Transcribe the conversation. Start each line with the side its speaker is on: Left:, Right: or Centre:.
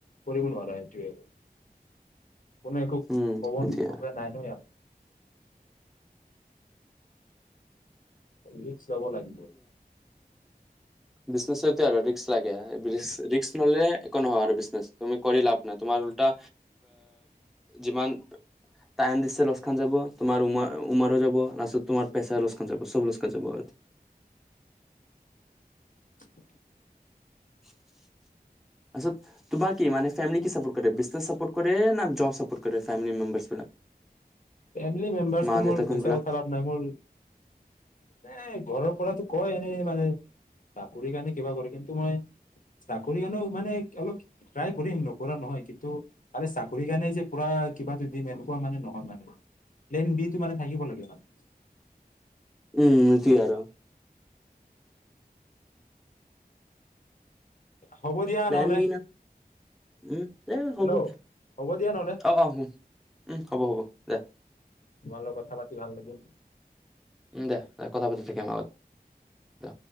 Left: কৰিব নোৱাৰা। সেইটোয়ে কোনো একো কবৰ
Centre: উম, এতিয়া
Left: লগা নাই ন ইয়াত, ৰিকচ লব লাগিব।
Centre: বিজনেত আৰু ৰিক্ক লাগে ৰি্ক ললে একো নহয় আৰু তুমি কৰি পাবা। তোমাৰ উল্টা যিমান, টাইম দিছে লছখন যাব, তোমাৰ উমাৰ উমাৰো যাব, লাষ্টত তোমাৰ পেছাৰ লচখন যাব, চব লছখন যাব আৰু,
Left: অ!
Centre: <inaudible> আছো। তোমাৰ কি মানে ফেমেলি কিছু, কৰে বিজনেছ ছাপৰ্ট কৰে ন, জব ছাপৰ্ট কৰে ফেমেলি মেম্বাৰছে,
Left: ফেমেলি মেম্বাৰছ
Centre: মা
Left: টো
Centre: দেউতা
Left: মোৰ
Centre: কোনবিলাক
Left: নাই মোৰ, এ ঘৰৰ পৰাতো কয় এনে মানে চাকৰি কাৰণে কিবা কৰিবি। কিন্তু মই চাকৰি কাৰণেও মানে অলপ ট্ৰাই কৰিম নকৰা নহয়, কিন্তু কালি চাকৰি কাৰণে যে পুৰা কিবাটো দিম এনো। তেনেকুৱা মানে নহয় মানে। সেই বিটো মানে থাকিব লাগে মানে
Centre: উম জি আৰু,
Left: হ'ব দিয়া
Centre: প্লেন
Left: নহ'লে
Centre: বি না উম দে
Left: হেল্ল'
Centre: হ'ব দে
Left: হ'ব দিয়া নহ'লে
Centre: অ অ উম হ'ব হ'ব দে,
Left: তোমালগত কথা পাতি ভাল লাগিল।
Centre: উম দে দে কথা পাতিছো <unintelligible> থমত দে